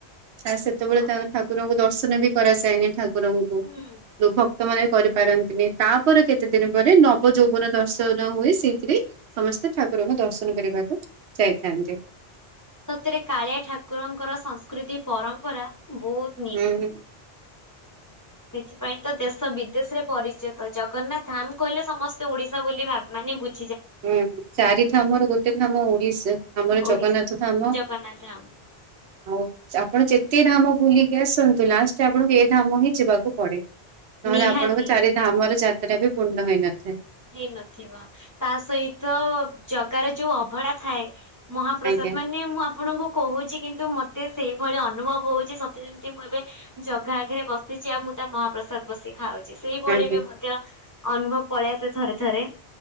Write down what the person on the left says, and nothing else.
ତ
ହୁଁ।
ସତରେ କାଳିଆ ଠାକୁରଙ୍କର ସଂସ୍କୃତି ପରମ୍ପରା ବହୁତ
ସେଇଠି ପାଇଁ ତ ଦେଶ ବିଦେଶରେ ପରିଚିତ ଜଗନ୍ନାଥ ଧାମ କହିଲେ ସମସ୍ତେ ଓଡିଶା ବୋଲି ଭା ମାନେ ବୁ
ଓଡିଶ
ଜଗନ୍ନାଥ ଧାମ
ନିହାତି
ହେଇନଥିବ ତା ସହିତ-ଅ-ଅ ଜଗାର ଯୋଉ ଅଭଢା ଥାଏ ମହାପ୍ରସାଦ
ମାନେ ମୁଁ ଆପଣଙ୍କୁ କହୁଛି କିନ୍ତୁ ମତେ ସେଇଭଳି ଅନୁଭବ ହଉଛି ସ ତେ ଏମିତି ମୁଁ ଏବେ ଜଗା ଆଗରେ ବସିଛି ଆଉ ମୁଁ ତା ମହାପ୍ରସାଦ ବସି ଥାଉଛି ସେଇଭଳି
ବି ମଧ୍ୟ ଅନୁଭବ ପଳେଇଆସେ ଥରେ ଥରେ।